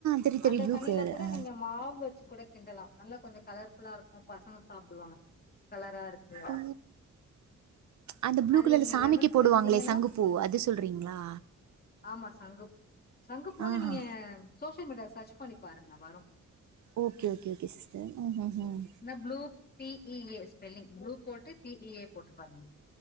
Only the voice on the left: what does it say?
அந்த
தண்ணியில
கூட
நீங்க மாவு வ ச்சி கூட கிண்டலா நல்லா கொஞ்ச கலர் ஃபுல்லா இருக்கு பசங்க சாப்பிடுவாங்க கலரா இருக்கு
அதுல
நீங்க
லெமன்
புழிஞ்சீங்கன்னா
ஆமா சங்குப் சங்கு பூண்ணு
நீங்க சோசியல் மீடியால சர்ச் பண்ணி பாருங்க வரும்
இல்னா blue B E A spelling blue போட்டு பி இ ஏ போட்டு பாருங்க